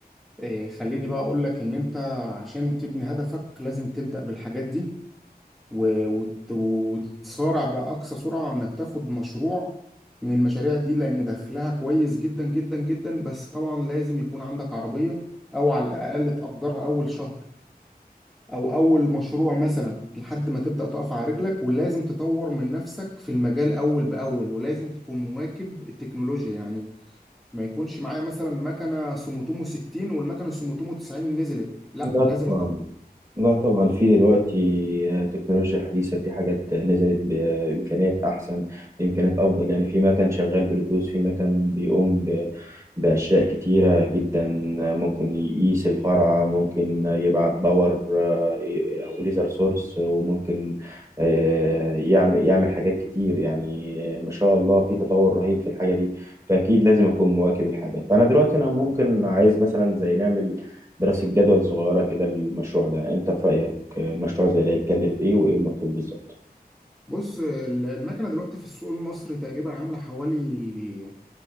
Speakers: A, in the centre; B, on the right.
A: إيه، خليني بقى اقول لك ان انت عشان تبني هدفك لازم تبدأ بالحاجات دي و- وت- وتسارع بأقصى سرعة إنك تاخد مشروع من المشاريع دي لأن دخلها كويس جدا جدا جدا بس طبعا لازم يكون عندك عربية أو على الأقل تأجرها أول شهر أو أول مشروع مثلا لحد ما تبدأ تقف على رجلك ولازم تطور من نفسك في المجال أول بأول ولازم تكون مواكب التكنولوجيا يعني ما يكونش معايا مثلا مكنة سوموتومو 60 والمكنة سوموتومو 90 نزلت لا
B: لا طبعا
A: لازم
B: لا طبعا في دلوقتي آه، تكنولوجيا حديثة في حاجات نزلت بإمكانيات أحسن بإمكانيات أفضل يعني في مكان شغال بلوتوث في مكان بيقوم ب- بأشياء كتيرة جدا آه، ممكن يقيس الفرع ممكن يبعت باور آه، ي- أو ليزر سورس وممكن آه، يعمل يعمل حاجات كتير يعني آه، ما شاء الله في تطور رهيب في الحاجة دي فأكيد لازم أكون مواكب الحاجة فأنا دلوقتي أنا ممكن عايز مثلا زي نعمل دراسة جدول صغيرة كده للمشروع ده انت في رأيك مشروع زي ده يتكلف ايه وايه المطلوب بالظبط
A: بص ال- المكنة دلوقتي في السوق المصري تقريبا عاملة حوالي